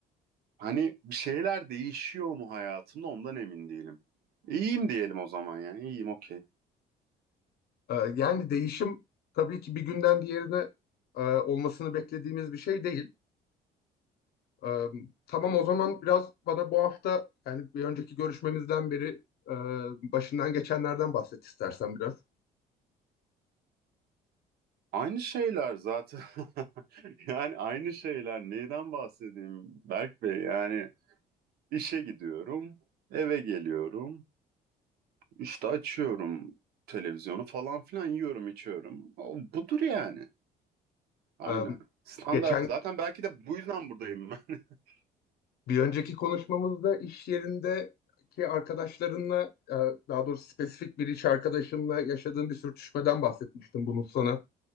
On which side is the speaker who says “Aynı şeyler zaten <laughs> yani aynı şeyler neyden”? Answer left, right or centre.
Right